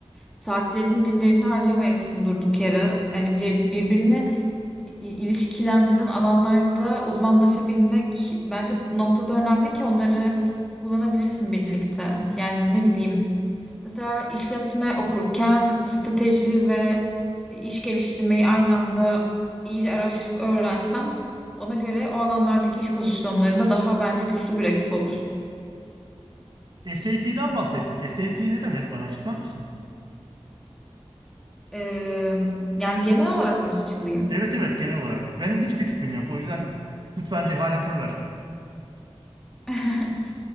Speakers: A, in the centre; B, on the right (about 50°).
A: saatlerini günlerini harcamayasın durduk yere. Yani bir, birbirine i- ilişkilendiren alanlarda uzmanlaşabilmek bence bu noktada önemli ki onları kullanabilirsin birlikte. Yani ne bileyim mesela işletme okurken strateji ve iş geliştirmeyi aynı anda iyice araştırıp öğrensen ona göre o alanlardaki iş pozisyonlarında daha bence güçlü bir rakip olursun.
B: SAP'den bahsettin. SAP ne demek? Bana açıklar mısın?
A: Eee, yani genel olarak mı açıklayayım?
B: Evet evet genel olarak. Benim hiçbir fikrim yok. O yüzden lütfen cehaletime ver.
A: <laughs>